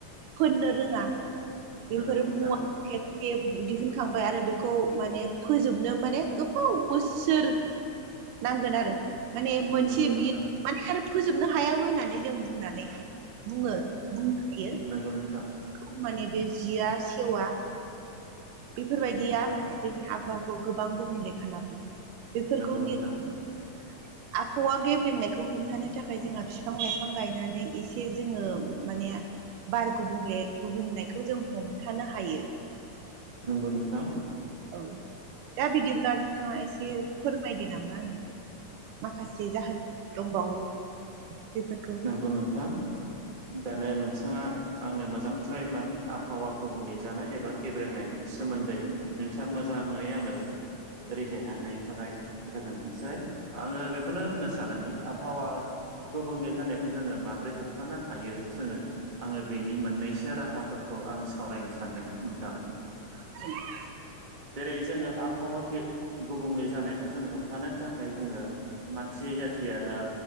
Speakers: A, on the right; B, on the right.
A: फोननो रोङा बेफोर
B: नंगौ नोंथां
A: मुवा खेबसेे दिहुनखांबाय आरो बेखौ माने फोजोबनो माने गोबाव बोसो सोर नांगोन आरो। माने मोनसे
B: नंगौ नोंथां
A: बियो माने आरो फोजोबनो हायाबो होननानै जों बुंनानै बुङो बुंनो हायो।
B: नोंगौ नोंथां।
A: खौ माने बे जिया सेवा। बिफोरबायदिया
B: नंगौ नोंथां
A: माने जोंनि आबहावाखौ गोबां गुबुंले खालामो। बिफोरखौ
B: नंगौ नोंथां
A: नि <inaudible> आबहावा गेब्रेंनायखौ हमथानो थाखाय जोंहा फिफां लाइफां गायनानै इसे जोंङो मानेआ बार गुबुंले गुबुंनायखौ जों हमथानो हायो।
B: नोंगौ नोंथां।
A: औ दा बिदिब्ला नोंथांङा एसे फोरमायदो नामा आंनो। माखासे जाहोन दंबावो बेफोर
B: नोंगौ नोंथां दानो नोंथाङा आंनो मोजांथ्राय माने आब हावा गुबुंले जानाय एबा गेब्रेंनायनि सोमोन्दै नोंथाङा मोजाङै आंनो रिजायनो होनायनि थाखाय गोजोन्थोंसै। आंङो बेखौनो होननो सानोदि आबाहावा गुबुंले जानायखौ जोङो माब्रै होबथानो हायो जोङो आंङो बेनि मोननैसो राहाफोरखौ आं सावरायनो सानदों नोंथां।
A: <unintelligible>
B: जेरै जोङो आबाहावा गे गुबुंले जानायखौ जों होबथानो थाखाय जोंङो मानसि जाथिया दा